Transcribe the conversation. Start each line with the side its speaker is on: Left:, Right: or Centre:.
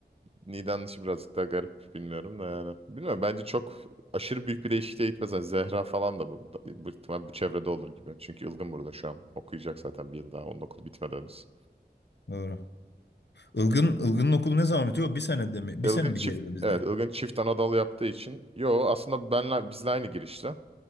Right: Niğde'nin işi birazcık daha garip bilmiyorum da yani. Bilmiyorum bence çok aşırı büyük bir değişikliğe gitmez. Hani Zehra falan da bu, bu, ihtimal bu çevrede olur gibi. Çünkü Ilgın burada şu an. Okuyacak zaten bir yıl daha. Onun okulu bitmeden henüz.
Left: Doğru. Ilgın, Ilgın'ın okulu ne zaman bitiyor? Bir senede mi? Bir
Right: Ilgın
Left: sene mi
Right: çift,
Left: geride bizden?
Right: evet Ilgın çift Anadolu yaptığı için. Yo aslında benle, bizle aynı girişte.